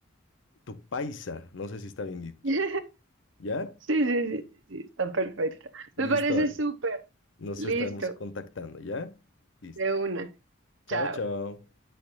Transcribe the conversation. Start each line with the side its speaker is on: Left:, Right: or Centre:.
Left: Tu paisa, no sé si está bien dicho.
Right: <laughs> sí,
Left: ¿Ya?
Right: sí, sí, sí, sí, está perfecto.
Left: Listo,
Right: Me parece
Left: Ale.
Right: súper.
Left: Nos
Right: Listo,
Left: estamos contactando, ¿ya? Listo.
Right: de una.
Left: Chao,
Right: Chao.
Left: chao.